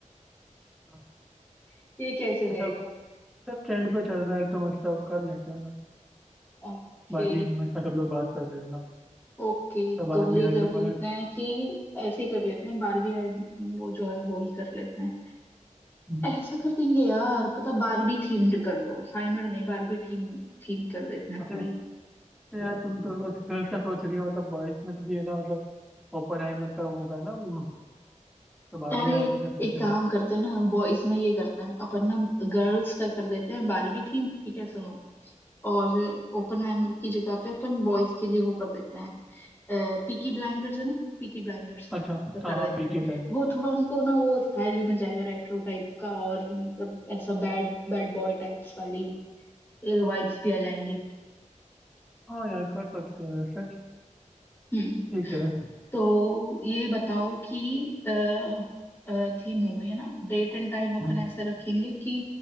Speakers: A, in the centre; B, on the left.
A: हाँ,
B: <laughs> ये कैसे रहेगा
A: मतलब सब ट्रेंड पे चल रहा है तो मतलब कर लेते हैं ना
B: ओके
A: बारबी हाइमर का सब लोग बात कर रहे हैं ना
B: ओके
A: तो बारबी
B: तो वही
A: हाइमर
B: कर
A: वाला
B: लेते हैं कि ऐसे ही कर लेते हैं बारहवीं आए वो जो है वो ही कर लेते हैं
A: हम्म,
B: ऐसा कर देंगे यार पता बारबी थीम्ड कर दो हाइमर नहीं बारबी थीम थीम कर देते हैं
A: अरे
B: पूरी
A: यार तुम तो बस गर्ल्स का सोच रही हो मतलब बॉयज में तो भी है ना मतलब ओपन हाइमर का होगा ना वो तो बारबी
B: अरे
A: हाइमर रख
B: एक
A: देते
B: काम
A: हैं
B: करते हैं ना बॉयज में ये करते हैं अपन ना गर्ल्स का कर देते हैं बारबी थीम ठीक है सुनो और ओपनहाइमर की जगह पे अपन बॉयज के लिए वो कर देते हैं पीकी ब्लाइंडर्स है ना पीकी ब्लाइंडर्स
A: अच्छा
B: का
A: हाँ
B: कर
A: हाँ
B: देते
A: पीके
B: हैं
A: ब्लाइंडर
B: वो थोड़ा उनको ना वो स्टाइल भी मिल जाएगा रेट्रो टाइप का और मतलब ऐसा बैड बैड बॉय टाइप्स वाली वाइब्स भी आ जाएंगी
A: हाँ यार कर सकते हैं वैसे
B: हम्म
A: ठीक है
B: तो ये बताओ कि अ, अ, थीम हो गई है ना डेट एंड टाइम अपन
A: हम्म,
B: ऐसे रखेंगे कि